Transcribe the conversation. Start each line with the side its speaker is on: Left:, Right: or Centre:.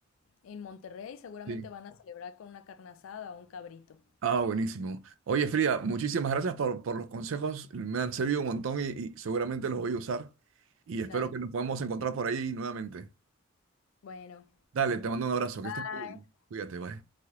Left: en Monterrey seguramente
Right: sí.
Left: van a celebrar con una carne asada o un cabrito.
Right: Ah, buenísimo. Oye, Frida, muchísimas gracias por, por los consejos. Me han servido un montón y, y seguramente los voy a usar. Y espero
Left: Dale.
Right: que nos podamos encontrar por ahí nuevamente.
Left: Bueno.
Right: Dale, te mando un abrazo. Que
Left: Bye.
Right: estés muy bien. Cuídate, bye.